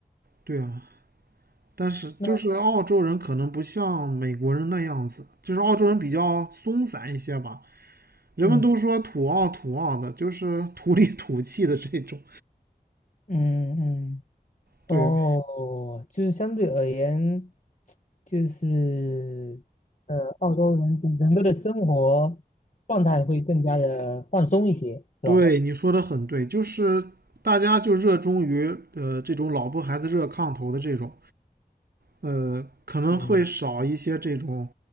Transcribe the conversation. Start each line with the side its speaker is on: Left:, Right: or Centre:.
Right: 对啊。但是就是澳洲人可能不像美国人那样子，
Left: 那
Right: 就是澳洲人比较松散一些吧。人们都说土澳土澳的，
Left: 嗯
Right: 就是土里土气的这种。
Left: 嗯嗯，
Right: 对
Left: 哦，就是相对而言，就是呃，澳洲人整整个的生活状态会更加的放松一些，是吧？
Right: 对，你说的很对，就是大家就热衷于呃这种老婆孩子热炕头的这种。呃，可能会少一些这种
Left: 嗯